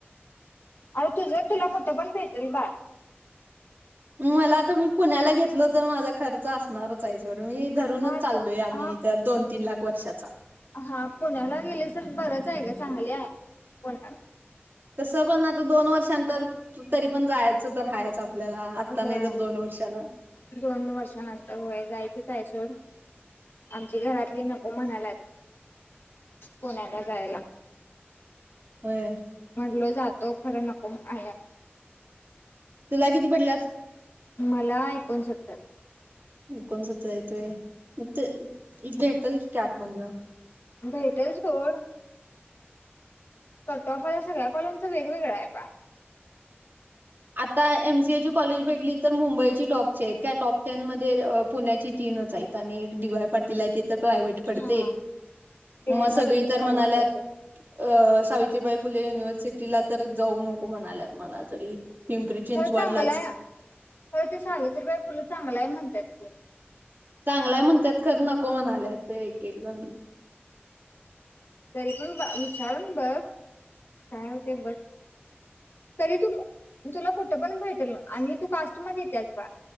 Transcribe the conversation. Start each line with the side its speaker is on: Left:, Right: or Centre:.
Left: आवं तुझं तुला कुठं पण भेटेल बाय.
Right: मला आता मी पुण्याला घेतल तर मला खर्चअसणार चं. ते सोडून मी धरूनच
Left: हा
Right: चालोय
Left: तो
Right: आम्ही
Left: हा
Right: तर दोन तीन लाख वर्षाचा.
Left: हा पुण्याला गेले तर बरंच आहे का चांगले आहे पुण्याला.
Right: तसं पण आता दोन वर्षांंतर तरी पण जायचं तर राहायचं आपल्याला. आत्ता
Left: होय
Right: नाही तर दोन वर्षाला
Left: दोन वर्षानंतर होय जायचंच आहे सोड. आमची घरातली नको म्हनायले. पुण्याला जायला.
Right: होय.
Left: म्हटलो जातो खरं नको म्हणायल.
Right: तुला किती पडलंस?
Left: मला ऐकुनसत्तर शकतात.
Right: ऐकुनसत्तर येतं व्हय इथं भेटल कॅप ला.
Left: भेटल सोड. कट ऑफ सगळ्या कॉलेजच वेगवेगळं आहे बा.
Right: आता एम सी ए ची कॉलेज भेटली तर मुंबईची टॉपची आहेत काय टॉप टेन मध्ये पुण्याची तीनच आहेत. आणि एक डी वाय पा तिला त तर प्रायव्हेट पडते
Left: हा. डी वाय
Right: मग
Left: पाटील
Right: सगळी तर
Left: प्रायव्हेट
Right: म्हणाल्यात.
Left: पडते
Right: अं सावित्रीबाई फुले युनिव्हर्सिटीला तरं जाऊं नको म्हणांल्यात मलां तरी पिंपरी चिंचवाडलाच
Left: खरं चांगलं आहे खरं ते सावित्रीबा फुलं चांगला आहे म्हणतांत की
Right: चांगलाय म्हणतांत खरं नको म्हणांल्याच एक एक जणं
Left: तरी पणं विचारूंन बघं कायं होते बसं तरी तु तुलां कुठं पणं भेटल आणि तूं कांस्ट मध्यें त्याचं बां